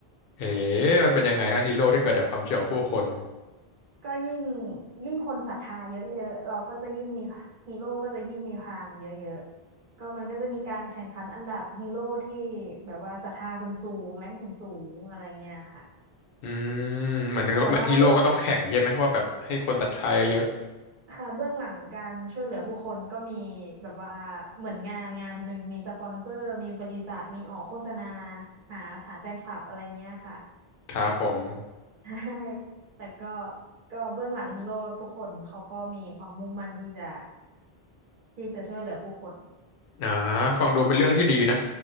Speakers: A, on the left (about 65°); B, on the right (about 55°).
A: เอ๊ะมันเป็นยังไงฮะฮีโร่ที่เกิดจากความเชื่อของผู้คน
B: ก็ยิ่งยิ่งคนศรัทธาเยอะๆเราก็จะยิ่งมีฮีโร่ก็จะยิ่งมีพลังเยอะๆ ก็มันก็จะมีการแข่งขันอันดับฮีโร่ที่แบบว่าศรัทธาสูงๆแรงสูงๆอะไรเงี้ยค่ะ
A: อืมเหมือนเหมือนฮีโร่ก็ต้องแข่งใช่ไหมว่าแบบให้คนศรัทธาเยอะ
B: แต่ว่าเบื้องค่ะเบื้องหลังการช่วยเหลือผู้คนก็มีแบบว่าเหมือนงานงานหนึ่งมีสปอนเซอร์มีบริษัทมีออกโฆษณาหาฐานแฟนคลับอะไรเงี้ยค่ะ
A: ๆครับผม
B: <laughs> ใช่แต่ก็ก็เบื้องหลังฮีโร่ทุกคนเขาก็มีความมุ่งมั่นที่จะที่จะช่วยเหลือผู้คน
A: อ่าฟังดูเป็นเรื่องที่ดีนะ